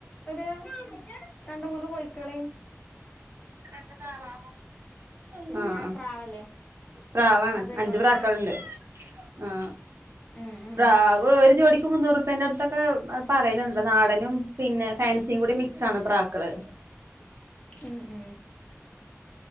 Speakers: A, on the left; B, on the right.
A: ഒരു രണ്ട് മൂന്ന് കോയിക്കളേം
B: രണ്ടു താറാവും
A: പിന്നെ
B: ആ അ
A: പ്രാവല്ലേ
B: പ്രാവാണ്
A: അതായിക്കോട്ടെ
B: അഞ്ചു പ്രാക്കളുണ്ട് ആ
A: ഉം ഉം
B: പ്രാവ് ഒരു ജോഡിക്ക് മുന്നൂറുപ്പേന്റെടുത്ത പറയലുണ്ട് നാടനും പിന്നെ ഫാൻസിയും കൂടി മിക്സാണ് പ്രാക്കള്
A: ഉം ഉം.